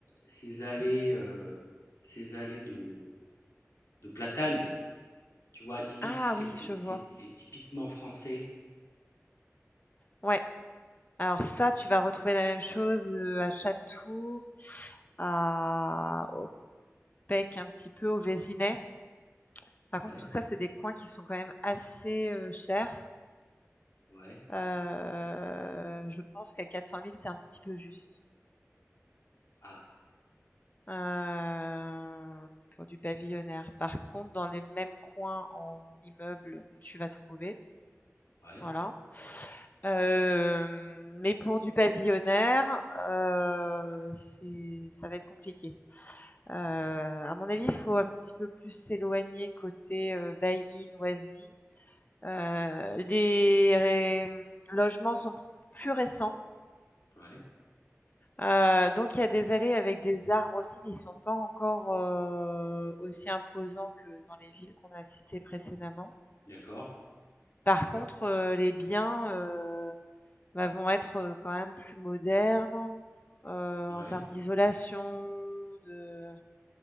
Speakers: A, on the left; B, on the left.
A: ces allées euh, ces allées de de platanes tu vois typique
B: Ah
A: c'est
B: oui,
A: ty-
B: je vois.
A: c'est c'est typiquement français
B: Ouais. Alors ça, tu vas retrouver la même chose, heu, à Château, à au Pec, un petit peu, au Vésinet. Par
A: ouais
B: contre, tout ça, c'est des coins qui sont quand même assez, heu, chers.
A: ouais
B: Heu, je pense qu'à 400 000, tu es un petit peu juste,
A: ah
B: heu, pour du pavillonnaire. Par contre, dans les mêmes coins en immeuble, tu vas trouver,
A: ouais
B: voilà. Hem, mais pour du pavillonnaire, heu, c'est ça va être compliqué. Heu, à mon avis, il faut un petit peu plus s'éloigner côté, heu, bailli, noisy. Heu, les mmh, logements sont plus récents,
A: ouais
B: heu, donc il y a des allées avec des arbres aussi, mais ils ne sont pas encore, heu, aussi imposants que dans les villes qu'on a citées précédemment.
A: d'accord
B: Par contre, heu, les biens, heu, bah, vont être, euh, quand même plus modernes, heu,
A: ouais
B: en termes d'isolation, de